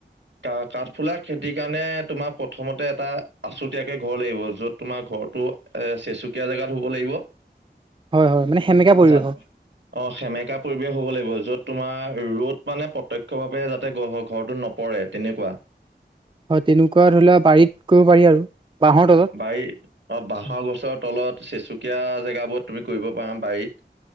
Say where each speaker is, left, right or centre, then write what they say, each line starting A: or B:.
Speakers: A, on the right; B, on the right.
A: কা কাঠফুলাৰ খেতিৰ কাৰণে তোমাৰ প্ৰথমতে এটা আছুতীয়াকে ঘৰ লাগিব যত তোমাৰ ঘৰটো এ চেচুকীয়া জেগাত হ'ব লাগিব।
B: হয় হয় মানে সেমেকা পৰিৱেশৰ।
A: যাত অ' সেমেকা পৰিৱেশ হ'ব লাগিব। য'ত তোমাৰ ৰ'দ মানে প্ৰত্যক্ষভাৱে যাতে ঘৰটোত ন পৰে তেনেকুৱা।
B: হয় তেনেকুৱা ধৰি লোৱা বাৰীত কৰিব পাৰি আৰু বাঁহৰ তলত।
A: বাৰীত অ' বাঁহৰ গছৰ তলত চেচুকীয়া জেগাবোৰত তুমি কৰিব পাৰা বাৰীত